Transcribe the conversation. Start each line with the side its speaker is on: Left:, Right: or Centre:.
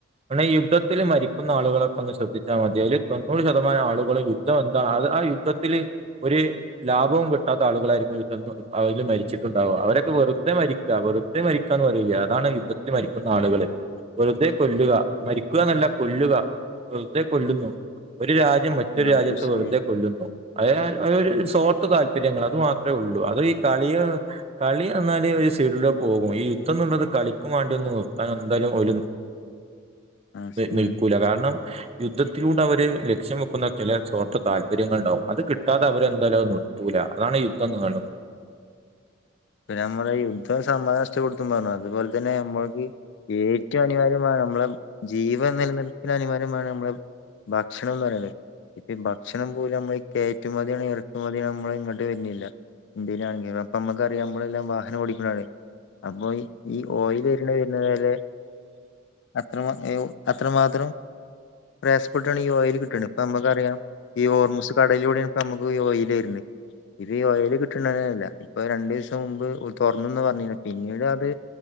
Right: അണം ഈ യുദ്ധത്തിൽ മരിക്കുന്ന ആളുകളൊക്കെ ഒന്ന് ശ്രദ്ധിച്ചാൽ മതിയൽ തൊണ്ണൂറ് ശതമാം ആളുകളും യുദ്ധം അ അത് ആ യുദ്ധത്തിൽ ഒരു ലാഭവും കിട്ടാത്ത ആളുകളായിരിക്കും അതിൽ മരിച്ചിട്ടുണ്ടാവുക അവരൊക്കെ വെറുതെ മരിക്കുക വെറുതെ മരിക്കാന്ന് പറയില്ല അതാണ് യുദ്ധത്തില് മരിക്കുന്ന ആളുകള് വെറുതെ കൊല്ലുക മരിക്കുക എന്നല്ല കൊല്ലുക വെറുതെ കൊല്ലുന്നു ഒരു രാജ്യ മറ്റൊരു
Left: ആ
Right: രാജ്യത്ത്
Left: കൃഷിയെ
Right: വെറുതെ കൊല്ലുന്നു അത ഒരു സ്വാർത്ത താല്പര്യങ്ങൾ അത് മാത്രമേ ഉള്ളൂ അത് ഈ കളി കളി എന്നല് സീഡില പോകും ഈ യുദ്ധം നുള്ളത് കളിക്കും വേണ്ടി ഒന്ന് നിർത്താൻ എന്തായാലും ഒരു
Left: ആ ശരിയാണ്
Right: നിൽക്കൂല കാരണം യുദ്ധത്തിലൂടെ അവര് ലക്ഷ്യം വെക്കുന്ന ചില താല്പര്യങ്ങൾണ്ടാവും അത് കിട്ടാതെ അവരെന്തായാല നിർത്തൂല അതാണ് യുദ്ധം എന്ന് കാണ്ടുന്നത്
Left: പിന്നെ നമ്മുടെ യുദ്ധം <unintelligible> പറഞ്ഞു അതുപോലെ തന്നെ നമ്മൾക്ക് ഏറ്റവും അനിവാര്യമാണ് നമ്മളെ ജീവൻ നിലനിൽപ്പി അനിവാര്യമാണ് നമ്മള് ഭക്ഷണം എന്ന് പറയുന്നത് ഇപ്പ ഭക്ഷണം പോലും നമ്മൾ കയറ്റുമതിയാണ് ഇറക്കുമ മതി മ്മള ഇങ്ങോട്ട് വരുന്നില്ല ഇന്ത്യയിലാണെങ്ക അപ്പ നമ്മുക്കറിയാം നമ്മളെല്ലാം വാഹനം ഓടിക്കാണ് അപ്പോ ഈ ഓയിൽ വര് വര്ണ വരെ അ അത്ര മാത്രം പ്ര ട്ടാണ് ഇ ഓയില് കിട്ടണ്ത് ഇപ്പ നമ്മക്കറിയ ഈ ഓർമൂസ് കടിലൂടെയ നമുക്കീ ഓയില് വരുന്നെ ഇ ഓയില് കിട്ടണ ല്ല ഇപ്പൊ രണ്ടു ദിവസം മുമ്പ് തുറന്നന്ന് പറഞ്ഞന്ന പിന്നീട് അത്